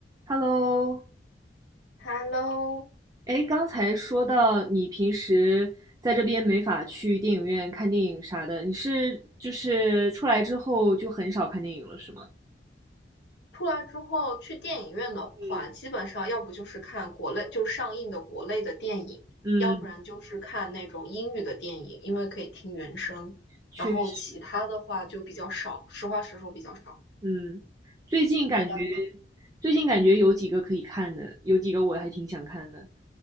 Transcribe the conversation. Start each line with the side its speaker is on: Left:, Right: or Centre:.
Right: Hello，
Left: Hello，
Right: 哎，刚才说到你平时在这边没法去电影院看电影啥的，你是就是出来之后就很少看电影了，是吗？
Left: 出来之后去电影院的话，
Right: 嗯，
Left: 基本上要不就是看国内，就上映的国内的电影，
Right: 嗯，
Left: 要不然就是看那种英语的电影，因为可以听原声。
Right: 确实，
Left: 然后其他的话就比较少，实话实说比较少，
Right: 嗯，最近感觉
Left: 没办法。
Right: 最近感觉有几个可以看的，有几个我还挺想看的，